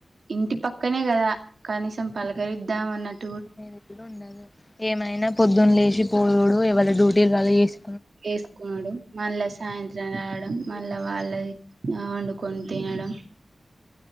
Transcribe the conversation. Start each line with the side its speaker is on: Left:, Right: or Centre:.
Right: ఇంటి పక్కనే గదా, కనీసం పలకరిద్దాం అన్నట్.
Left: నేను ఎక్కడ ఉండాలో, ఏమైనా పొద్దున్న లేశి పోవుడు ఎవళ డ్యూటీ ఎళ్లాలి ఏసు.
Right: వేసుకున్నాడు, మళ్ల సాయంత్రం రావడం. మళ్ల
Left: రూముల్నే
Right: వాళ్ల. <unintelligible> వండుకొని తినడం.